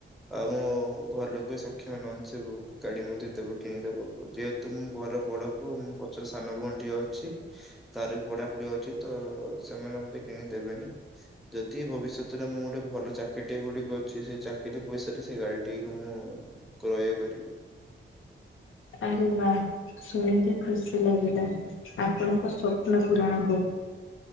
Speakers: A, in the centre; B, on the left.
A: ଆଉ ମୁଁ ଘର ଲୋକେ ସକ୍ଷମ ନୁହନ୍ତି ସେ ଗାଡି ମେ ଦେବ କିଣିଦବ ଯେହେତୁ ମୁଁ ଘର ବଡ ପୁଅ ମୁଁ ସାନ ଭଉଣୀ ଟିଏ ଅଛି। ତାର ବି ପଢାପଢି ଅଛି ତ ସେମାନେ ମଧ୍ୟେ କିଣିଦେବେନି। ଯଦି ଭବିଷ୍ୟତରେ ମୁଁ ଗୋଟେ ଭଲ ଚାକିରିଟିଏ ଗୁଟିକ ଅଛି ସେଇ ଚାକିରିରେ ପଇସା ସେଇ ଗାଡି ଟିକ ମୁଁ କ୍ରୟ କରିବି।
B: ଆରେ ବା ଶୁଣିକି ଖୁସି ଲାଗିଲା ଆପଣଙ୍କ ସ୍ୱପ୍ନ ପୁରଣ ହଉ।